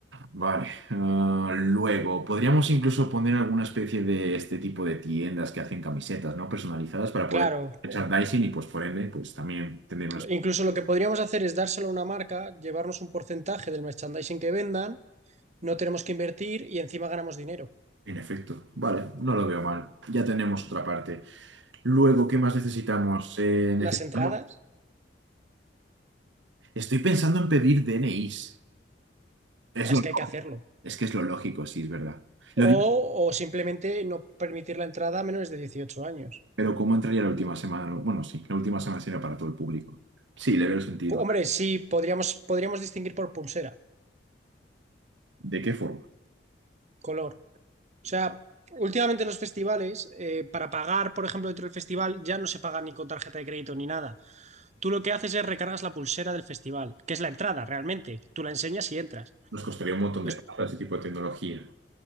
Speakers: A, on the right (about 85°); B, on the right (about 40°).
A: Vale. ah, luego, podríamos incluso poner alguna especie de este tipo de tiendas que hacen camisetas, ¿no? Personalizadas para poder
B: Claro,
A: merchandising y pues por ende, pues también tener unas...
B: incluso lo que podríamos hacer es dárselo a una marca, llevarnos un porcentaje del merchandising que vendan, no tenemos que invertir y encima ganamos dinero.
A: En efecto, vale, no lo veo mal. Ya tenemos otra parte. Luego, ¿qué más necesitamos? Eh,
B: Las
A: necesitamos...
B: entradas
A: Estoy pensando en pedir DNIs. Es
B: Es
A: lo...
B: que hay que hacerlo.
A: Es que es lo lógico, sí, es verdad. Lo digo,
B: O, o simplemente no permitir la entrada a menores de 18 años.
A: pero ¿cómo entraría la última semana? Bueno, sí, la última semana será para todo el público. Sí, le veo el sentido.
B: Hombre, sí, podríamos, podríamos distinguir por pulsera,
A: ¿De qué forma?
B: color. O sea, últimamente en los festivales, eh, para pagar, por ejemplo, dentro del festival, ya no se paga ni con tarjeta de crédito ni nada. Tú lo que haces es recargas la pulsera del festival, que es la entrada realmente. Tú la enseñas y entras.
A: Nos costaría un montón
B: Pues,
A: de plata ese tipo de tecnología.